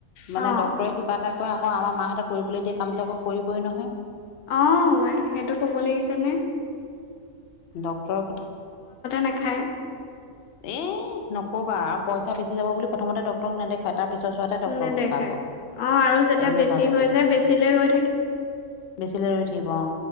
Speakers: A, on the left (about 70°); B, on the left (about 80°).
A: মানে
B: অ
A: ডক্তৰে কিবা এটা কোৱা-কোৱা আমাৰ মাহতে কৰিবলৈ দিয়া কামতো আকৌ কৰিবই নহয়।
B: অহ সেইটো ক'ব লাগিছে নে।
A: ডক্তৰৰ কথা,
B: নাখায়
A: এ নকবা পইচা বেছি যাব বুলি প্ৰথতে ডক্তৰক নেদেখুৱাই তাত তাৰপিছত চোৱাতে ডক্তৰক
B: নেদেখায়।
A: দেখাব।
B: অ আৰু যেতিয়া
A: এনেকুৱা
B: বেছি
A: গতি,
B: হৈ যায় বেচিলে ৰৈ
A: বেছিলৈ ৰৈ থাকিব অহ।